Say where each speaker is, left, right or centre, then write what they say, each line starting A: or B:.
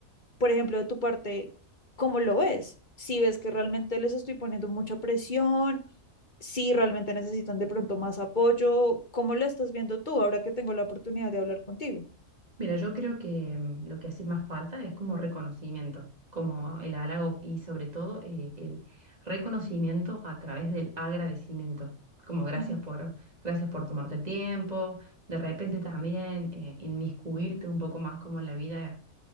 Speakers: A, on the left (about 35°); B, on the right (about 25°).
A: por ejemplo, de tu parte, ¿cómo lo ves? Si ves que realmente les estoy poniendo mucha presión, si realmente necesitan de pronto más apoyo, ¿cómo lo estás viendo tú ahora que tengo la oportunidad de hablar contigo?
B: Mira, yo creo que mm, lo que hace más falta es como reconocimiento, como el halago y sobre todo eh, el reconocimiento a través del agradecimiento, como gracias
A: Ujú.
B: por, gracias por tomarte el tiempo, de repente también eh, inmiscuirte un poco más como en la vida